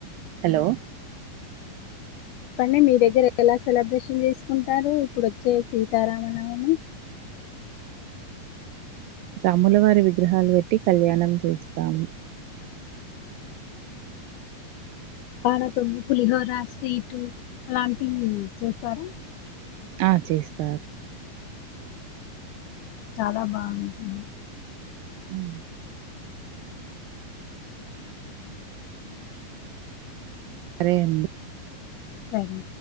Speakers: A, on the right; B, on the left.
A: హలో
B: ఇప్పండి మీ దగ్గర ఎలా సెలబ్రేషన్ చేసుకుంటారు ఇప్పుడు వచ్చే సీతారామనవమి
A: రాముల వారి విగ్రహాలు పెట్టి కళ్యాణం చేస్తాము
B: పనకము పులిహోర స్వీటు అలాంటివి చేస్తారా
A: ఆ చేస్తారు
B: చాలా బాగుంటుంది
A: ఉ సరే అండి
B: సరే